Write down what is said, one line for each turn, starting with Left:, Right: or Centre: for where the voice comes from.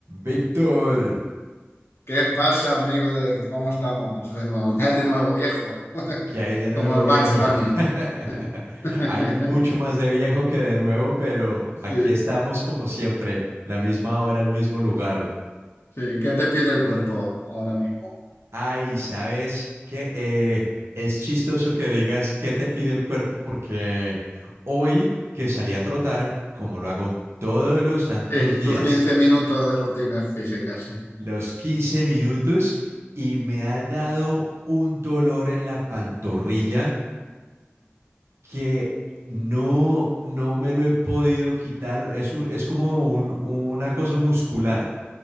Right: Víctor,
Left: ¿Qué pasa, amigo? de- ¿Cómo estamos? De nuevo, ¿qué hay de nuevo, viejo? <laughs>
Right: ¿qué hay de nuevo,
Left: Como el
Right: viejo?
Left: Bugs Bunny.
Right: <laughs>
Left: <laughs>
Right: Hay mucho más de viejo que de nuevo, pero
Left: Sí,
Right: aquí estamos como siempre, la misma hora, el mismo lugar.
Left: sí. ¿Qué te pide el cuerpo ahora mismo?
Right: Ay, ¿sabes qué? Eh, es chistoso que digas qué te pide el cuerpo porque hoy que salí a trotar, como lo hago todos los santos
Left: Sí,
Right: días,
Left: tus 15 minutos de rutinas físicas, sí.
Right: los 15 minutos y me ha dado un dolor en la pantorrilla que no, no me lo he podido quitar. Es un- es como un- una cosa muscular,